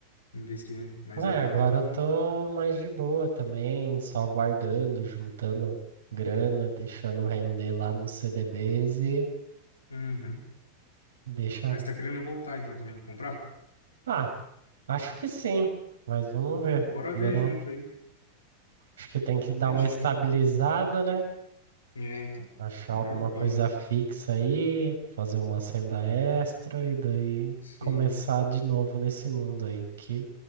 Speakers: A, on the left (about 75°); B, on the right (about 65°).
A: investir, né? Mas
B: É,
A: agora
B: agora
A: eu vou.
B: eu tô mais de boa também, só guardando, juntando grana, deixando render lá nos CDBs e
A: Uhum.
B: deixa.
A: Mas tá querendo voltar então também, comprar?
B: Ah, Acho que sim, mas vamos ver.
A: Bora
B: Primeiro,
A: ver junto aí.
B: acho que tem que dar
A: Fechou.
B: uma estabilizada, né?
A: É, então.
B: Achar
A: Melhor
B: alguma coisa
A: coisa.
B: fixa aí, fazer uma senda extra e daí
A: Sim,
B: começar de novo nesse mundo aí, que,